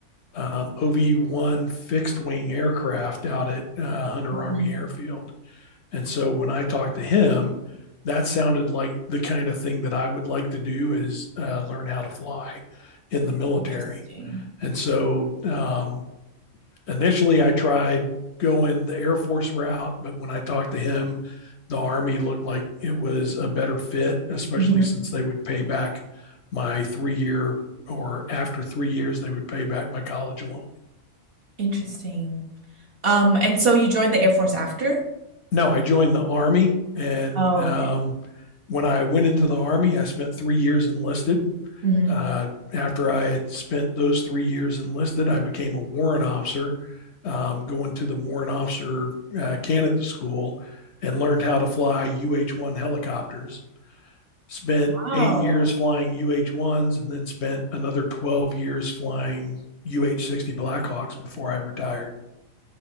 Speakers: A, on the left (about 65°); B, on the right (about 55°).
A: um, OV 1 fixed wing aircraft out at uh, Hunter
B: Mhm.
A: Army Airfield. And so when I talked to him, that sounded like the kind of thing that I would like to do is uh, learn how to fly in the military.
B: Interesting.
A: And so um, initially I tried going the Air Force route, but when I talked to him, the Army looked like it was a better fit, especially
B: hmm
A: since they would pay back my three year or after three years, they would pay back my college loan.
B: Interesting. Um, and so you joined the Air Force after?
A: no, I joined the army, and
B: Oh,
A: um,
B: right.
A: when I went into the army, I spent three years enlisted.
B: hmm
A: Uh, after I had spent those three years enlisted, I became a warrant officer, um, going to the warrant officer uh, candidate school, and learned how to fly UH-1 helicopters. Spent
B: Wow.
A: eight years flying UH-1s, and then spent another twelve years flying UH-60 Blackhawks before I retired.